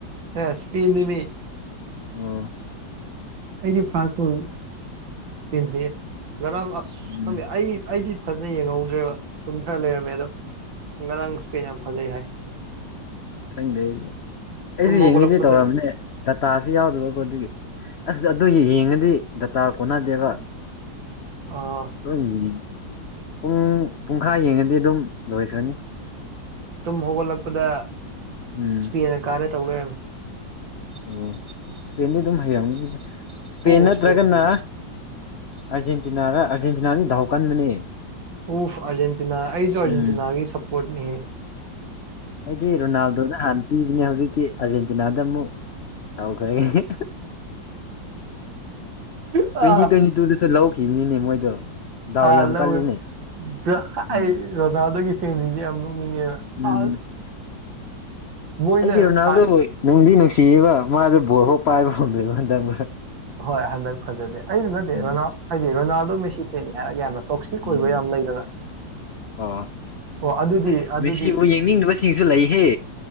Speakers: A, on the right (about 85°); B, on the left (about 75°).
A: ꯑꯦ ꯏꯁꯄꯤꯅꯤꯃꯤ
B: ꯎꯝ
A: ꯑꯩꯗꯤ ꯐ꯭ꯔꯥꯟꯁ ꯀꯤ ꯇꯤꯝꯁꯦ ꯉꯔꯥꯡ ꯑꯁ
B: ꯎꯝ
A: ꯈꯪꯗꯦ ꯑꯩ ꯑꯩꯗꯤ ꯐꯖꯅ ꯌꯦꯡꯍꯧꯗ꯭ꯔꯦꯕ ꯇꯨꯝꯊꯔ ꯂꯩꯔꯝꯃꯦ ꯑꯗꯣ ꯉꯔꯥꯡ ꯏꯁ꯭ꯄꯦꯟ ꯌꯥꯝ ꯐꯖꯩ ꯍꯥꯏ
B: ꯈꯪꯗꯦ ꯑꯩꯗꯤ ꯑꯩꯁꯨ
A: ꯇꯨꯝ ꯍꯧꯒꯠꯂꯛꯄꯗ
B: ꯌꯦꯡꯉꯤꯗꯤ ꯇꯧꯔꯑꯝꯅꯦ ꯗꯇꯥꯁꯤ ꯌꯥꯎꯗꯕꯀꯣ ꯑꯗꯨꯒꯤ ꯑꯁ ꯑꯗꯨ ꯌꯦꯡꯉꯗꯤ ꯗꯇꯥ ꯀꯣꯟꯅꯗꯦꯕ <unintelligible>
A: ꯑꯥ
B: ꯄꯨꯡ ꯄꯨꯡꯈꯥꯏ ꯌꯦꯡꯉꯗꯤ ꯑꯗꯨꯝ ꯂꯣꯏꯈ꯭ꯔꯅꯤ
A: ꯇꯨꯝ ꯍꯧꯒꯠꯂꯛꯄꯗ
B: ꯎꯝ
A: ꯏꯁ꯭ꯄꯦꯟꯅ ꯀꯥꯔꯦ ꯇꯧ ꯂꯩꯔꯝꯃꯦ
B: ꯑꯣ ꯏꯁꯄꯦꯟꯗꯤ ꯑꯗꯨꯝ ꯍꯩꯔꯝꯅꯤ ꯏꯁꯄꯦꯟ
A: ꯑꯣ
B: ꯅꯠꯇ꯭ꯔꯒꯅ
A: ꯍꯩ
B: ꯑꯔꯖꯦꯟꯇꯤꯅ ꯔ ꯑꯔꯖꯦꯟꯇꯤꯅꯅꯤ ꯙꯥꯎꯀꯥꯟ ꯃꯅꯦ
A: ꯑꯣꯐ ꯑꯥꯔꯖꯦꯟꯇꯤꯅꯥ ꯑꯩꯁꯨ ꯑꯥꯔꯖꯦꯟꯇꯤꯅꯥꯒꯤ
B: ꯎꯝ
A: ꯁꯞꯄꯣꯔꯠꯅꯤ
B: ꯑꯩꯗꯤ ꯔꯣꯅꯥꯜꯗꯣꯅ ꯍꯥꯟꯅ ꯄꯤꯕꯅꯦ ꯍꯧꯖꯤꯛꯇꯤ ꯑꯥꯔꯖꯦꯟꯇꯤꯅꯥꯗ ꯑꯃꯨꯛ ꯍꯧꯈ꯭ꯔꯒꯦ
A: ꯑꯥ
B: ꯇ꯭ꯋꯦꯟꯇꯤ ꯇ꯭ꯋꯦꯟꯇꯤ ꯇꯨꯗꯨꯁꯨ ꯂꯧꯈꯤꯕꯅꯤꯅꯦ ꯃꯣꯏꯗꯣ ꯗꯥꯎ
A: ꯍꯥꯥ
B: ꯌꯥꯝ
A: ꯂꯧꯏ
B: ꯀꯜꯂꯤꯅꯦ
A: UNINTELLIGIBLE
B: ꯎꯝ
A: ꯔꯣꯅꯥꯜꯗꯣꯒꯤ ꯐꯦꯟꯁꯤꯡꯁꯦ ꯌꯥꯝ ꯅꯣꯛꯅꯤꯡꯉꯦꯕ
B: ꯎꯝ
A: ꯑꯁ ꯃꯣꯏꯅ
B: ꯑꯩꯗꯤ ꯔꯣꯅꯥꯜꯗꯣ
A: ꯐꯥ
B: ꯅꯨꯡꯗꯤ ꯅꯨꯡꯁꯤꯕ ꯃꯥꯗ ꯕꯣꯜ ꯐꯧ ꯄꯥꯏꯕ ꯐꯪꯗꯣꯏꯕ ꯍꯟꯗꯛ ꯃꯔꯛ
A: ꯍꯣꯏ ꯍꯟꯗꯛ ꯐꯖꯗꯦ ꯑꯩꯗꯨ ꯅꯠꯇꯦ
B: ꯎꯝ
A: ꯔꯣꯅꯥꯜ ꯍꯥꯏꯗꯤ ꯔꯣꯅꯥꯜꯗꯣ ꯃꯦꯁꯤ ꯐꯦꯅꯤ ꯍꯥꯏꯔꯒꯅ ꯑꫭꯏꯕ
B: ꯎꯝ
A: ꯌꯥꯝ ꯂꯩꯗꯅ
B: ꯑꯣ
A: ꯑꯣ ꯑꯗꯨꯗꯤ
B: ꯑꯁ
A: ꯑꯗꯨꯗꯤ
B: ꯃꯦꯁꯤꯕꯨ ꯌꯦꯡꯅꯤꯡꯗꯕꯁꯤꯡꯁꯨ ꯂꯩꯍꯦ